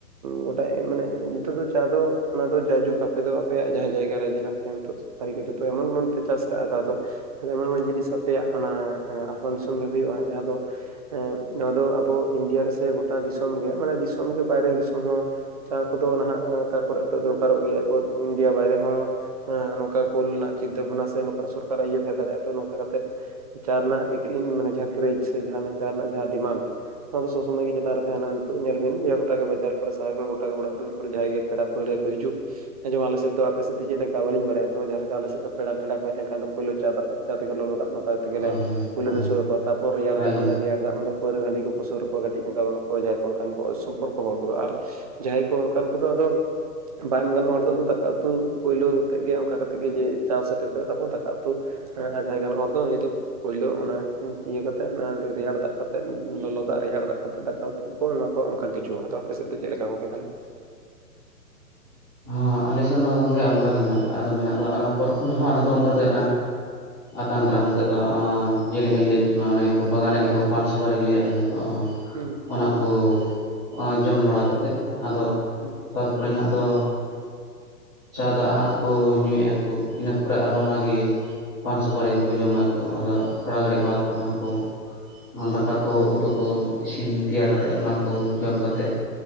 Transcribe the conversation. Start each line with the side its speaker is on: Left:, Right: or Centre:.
Right: ᱜᱚᱴᱟᱜ ᱢᱟᱱᱮ ᱱᱤᱛᱚᱜ ᱫᱚ ᱪᱟ ᱫᱚ ᱚᱱᱟ ᱫᱚ ᱡᱟᱭᱡᱩᱜᱽ ᱟᱯᱮ ᱫᱚ ᱟᱯᱮᱭᱟᱜ ᱡᱟᱦᱟᱸ ᱡᱟᱭᱜᱟ ᱨᱮ ᱦᱮᱱᱟᱜ ᱯᱮ ᱱᱤᱛᱚ ᱟᱨᱤ ᱠᱚ ᱡᱚᱛᱚ ᱮᱢᱚᱱ ᱮᱢᱚᱱ ᱯᱮ ᱪᱟᱥ ᱠᱟᱜ ᱟ ᱫᱚ ᱮᱢᱚᱱ ᱮᱢᱚᱱ ᱡᱤᱱᱤᱥ ᱟᱯᱮᱭᱟᱜ ᱚᱱᱟ ᱟᱥᱟᱢ ᱫᱤᱥᱚᱢ ᱨᱮ ᱦᱩᱭᱩᱜ-ᱟ ᱡᱟᱦᱟᱸ ᱫᱚ ᱦᱮᱸ ᱱᱚᱣᱟ ᱫᱚ ᱟᱵᱚ ᱤᱱᱰᱤᱭᱟ ᱨᱮᱥᱮ ᱜᱚᱴᱟ ᱫᱤᱥᱚᱢ ᱜᱮ ᱢᱟᱱᱮ ᱫᱤᱥᱚᱢ ᱜᱮ ᱵᱟᱭᱨᱮ ᱫᱤᱥᱚᱢ ᱦᱚᱸ ᱪᱟ ᱠᱚᱫᱚ ᱱᱟᱦᱟᱜ ᱚᱠᱟ ᱠᱚᱨᱮ ᱫᱚ ᱫᱚᱨᱠᱟᱨᱚᱜ ᱜᱮᱭᱟ ᱮᱯᱚᱨ ᱤᱱᱰᱤᱭᱟ ᱵᱟᱭᱨᱮ ᱦᱚᱸ ᱦᱮᱸ ᱱᱚᱝᱠᱟ ᱠᱳᱞ ᱨᱮᱱᱟᱜ ᱪᱤᱱᱛᱟᱹ ᱵᱷᱟᱵᱽᱱᱟ ᱥᱮ ᱱᱚᱝᱠᱟᱱᱟᱜ ᱥᱚᱨᱠᱟᱨᱟᱜ ᱤᱭᱟᱹ ᱛᱟᱦᱮᱸ ᱫᱟᱲᱮᱭᱟᱜᱼᱟ ᱛᱚ ᱱᱚᱝᱠᱟ ᱠᱟᱛᱮᱫ ᱪᱟ ᱨᱮᱱᱟᱜ ᱮᱠ ᱮ ᱢᱟᱱᱮ ᱡᱟᱸᱦᱟ ᱠᱮᱨᱮᱡᱽ ᱥᱮ ᱡᱟᱸᱦᱟ ᱪᱟ ᱨᱮᱱᱟᱜ ᱰᱤᱢᱟᱱᱰ ᱱᱚᱣᱟ ᱫᱚ ᱥᱚᱵᱽ ᱥᱚᱢᱚᱭ ᱜᱮ ᱪᱮᱛᱟᱱ ᱨᱮ ᱛᱟᱦᱮᱱᱟ ᱱᱤᱛᱳᱜ ᱧᱮᱞ ᱵᱤᱱ ᱜᱚᱴᱟ ᱜᱮ ᱵᱟᱡᱟᱨ ᱠᱚᱨᱮ ᱥᱟᱦᱟᱨ ᱠᱚᱨᱮ ᱜᱚᱴᱟᱜ ᱜᱮ ᱚᱲᱟᱜ ᱫᱩᱣᱟᱹᱨ ᱡᱟᱦᱟᱸᱭ ᱜᱮ ᱯᱮᱲᱟ ᱯᱟᱹᱲᱦᱟ ᱦᱤᱡᱩᱜ ᱡᱮᱢᱚᱱ ᱟᱞᱮ ᱥᱮᱫ ᱫᱚ ᱟᱯᱮ ᱥᱮᱫ ᱫᱚ ᱪᱮᱫ ᱞᱮᱠᱟ ᱵᱟᱹᱞᱤᱧ ᱵᱟᱲᱟᱭᱟ ᱛᱚ ᱡᱟᱦᱟᱸ ᱞᱮᱠᱟ ᱟᱞᱮ ᱥᱮᱫ ᱫᱚ ᱯᱮᱲᱟ ᱴᱮᱲᱟ ᱠᱚ ᱦᱮᱡᱽ ᱞᱮᱠᱷᱟᱱ ᱫᱚ ᱯᱳᱭᱳ ᱪᱟ ᱫᱟᱜᱽ ᱛᱮ ᱞᱚᱞᱚ ᱫᱟᱜᱽ ᱚᱱᱠᱟ ᱛᱮᱜᱮ
Centre: ᱦᱳᱭ
Right: ᱞᱮ ᱯᱩᱭᱞᱩ
Centre: ᱦᱳᱭ
Right: ᱥᱩᱨ ᱟᱠᱚᱣᱟ ᱛᱟᱨᱯᱚᱨ ᱨᱮᱭᱟᱲ
Centre: ᱦᱳᱭ
Right: ᱫᱟᱜᱽ ᱫᱟᱜᱽ ᱢᱟᱱᱮ ᱯᱟᱹᱣᱟᱹ ᱦᱟᱺᱰᱤ ᱠᱚᱠᱚ ᱥᱩᱨ ᱟᱠᱣᱟ ᱠᱟᱹᱴᱤᱡᱽ ᱚᱱᱠᱟᱱ ᱠᱚ ᱡᱟᱦᱟᱸᱭ ᱠᱚ ᱚᱱᱠᱟᱱ ᱠᱚ ᱥᱚᱢᱯᱚᱨᱠᱚ ᱦᱚᱲ ᱠᱚᱫᱚ ᱟᱨ ᱡᱟᱦᱟᱸᱭ ᱠᱚ ᱚᱱᱠᱟᱱ ᱠᱚᱫᱚ ᱟᱫᱚ ᱵᱟᱭ ᱮᱢ ᱜᱟᱱᱚᱜ ᱦᱚᱲ ᱫᱚ ᱫᱟᱠᱟ ᱩᱛᱩ ᱯᱳᱭᱞᱳ ᱛᱮᱫ ᱜᱮ ᱚᱱᱠᱟ ᱠᱟᱛᱮᱜ ᱜᱮ ᱡᱮ ᱪᱟ ᱥᱮᱴᱮᱨ ᱠᱟᱛᱮ ᱜᱮ ᱛᱟᱨᱯᱚᱨ ᱫᱟᱠᱟ ᱩᱛᱩ ᱟᱭ ᱜᱟᱱᱚᱜ ᱦᱚᱲ ᱫᱚ ᱯᱳᱭᱞᱳ ᱚᱱᱟ ᱤᱭᱟᱹ ᱠᱟᱛᱮᱜ ᱰᱟᱹ ᱨᱮᱭᱟᱲ ᱫᱟᱜᱽ ᱠᱟᱛᱮᱫ ᱞᱚᱞᱚ ᱫᱟᱜᱽ ᱨᱮᱭᱟᱲ ᱫᱟᱜᱽ ᱠᱟᱛᱮ ᱫᱟᱠᱟ ᱩᱛᱩ ᱠᱚᱠᱚ ᱮᱢᱟ ᱠᱚᱣᱟ ᱚᱱᱟᱱ ᱠᱤᱪᱷᱩ ᱟᱫᱚ ᱟᱯᱮ ᱥᱮᱫ ᱫᱚ ᱪᱮᱫ ᱞᱮᱠᱟ ᱜᱚᱝᱠᱮ ᱛᱟᱦᱮ?
Centre: ᱦᱚᱸ ᱟᱞᱮᱥᱮᱫ ᱫᱚ ᱜᱚᱝᱠᱮ ᱚᱱᱠᱟ ᱜᱮ ᱢᱮᱱᱟᱜ ᱠᱟᱜ ᱟᱫᱚ ᱢᱮᱱᱟᱜ ᱫᱚ ᱯᱨᱚᱛᱷᱚᱢ ᱨᱮᱦᱚᱸ ᱟᱞᱮ ᱫᱚ ᱚᱱᱠᱟ ᱛᱮ ᱟᱛᱟᱝ ᱫᱟᱨᱟᱢ ᱠᱟᱛᱮᱫ ᱫᱚ ᱟᱸ ᱡᱮᱞᱮᱠᱟᱧ ᱞᱟᱹᱭ ᱠᱮ ᱚᱱᱮ ᱠᱚ ᱵᱟᱜᱟᱱᱮᱫᱼᱟ ᱠᱚ ᱯᱟᱱ ᱥᱩᱯᱟᱨᱤᱧ ᱞᱟᱹᱭᱟᱫ ᱢᱮᱭᱟ ᱚᱸ
Right: ᱦᱩᱸ
Centre: ᱚᱱᱟ
Right: ᱦᱩᱸ
Centre: ᱠᱚ ᱟᱡᱚᱢ ᱵᱟᱲᱟ ᱠᱟᱛᱮᱫ ᱟᱫᱚ
Right: ᱦᱩᱸ
Centre: ᱛᱟᱨᱯᱚᱨᱮ ᱦᱟᱸᱜ ᱫᱚ᱾ ᱪᱟ ᱫᱟᱜ ᱦᱟᱸᱜ ᱠᱚ ᱧᱩᱭᱮᱫᱼᱟ, ᱠᱚ ᱤᱱᱟᱹᱯᱚᱨᱮ ᱟᱨᱦᱚᱸ ᱚᱱᱟᱜᱮ ᱯᱟᱱ ᱥᱩᱯᱟᱹᱨᱤ ᱠᱚ-ᱠᱚ ᱡᱚᱢ ᱢᱟᱠᱚ ᱟᱫᱚ ᱛᱷᱚᱲᱟ ᱜᱷᱟᱹᱲᱤᱡ ᱵᱟᱫᱽ ᱠᱚ ᱦᱟᱸᱜ ᱠᱚ ᱫᱟᱠᱟ ᱠᱚ, ᱩᱛᱩ ᱠᱚ, ᱤᱥᱤᱱ ᱛᱮᱭᱟᱨᱠᱟᱛᱮᱫ ᱚᱱᱟᱠᱚ ᱡᱚᱢ ᱠᱟᱛᱮᱫ